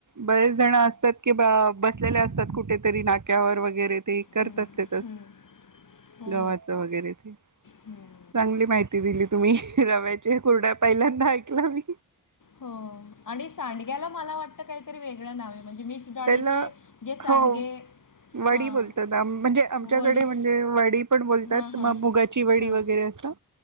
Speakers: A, on the right (about 45°); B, on the left (about 50°).
A: बरेच जण असतात. कि बा बसलेले असतात कुठेतरी नाक्यावर वगैरे ते करतात
B: हं,
A: ते
B: हं. हो
A: गव्हाच वगैरे ते
B: हं.
A: चांगली माहिती दिली तुम्ही रव्या कुरड्या पहिल्यांदा ऐकला मी.
B: हो आणि सांडग्याला मला वाटत काहीतरी वेगळं नावे म्हणजे मिक्स
A: त्याला
B: डाळीचे जे सांडगे
A: हो वडी
B: हां
A: बोलतात आ म्हणजे आमच्याकडे
B: वडी
A: म्हणजे वडी पण बोलतात
B: हां हां
A: म मुगाची वडी
B: हां
A: वगैरे असं.